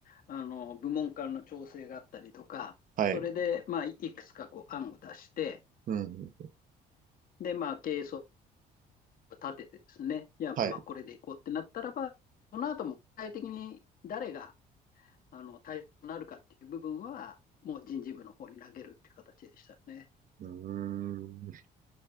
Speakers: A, on the left (about 55°); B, on the right (about 55°).
A: あの部門間の調整があったりとか、
B: はい。
A: それで、まあ、いくつかこう案を出して、
B: うん。
A: で、まあ、経営層を立ててですね、いや、
B: はい。
A: まあ、
B: う
A: これでいこうってなったらば、その後も具体的に誰があの対象になるかっていう部分は、もう人事部の方に投げるっていう形でしたね。
B: ーん。ち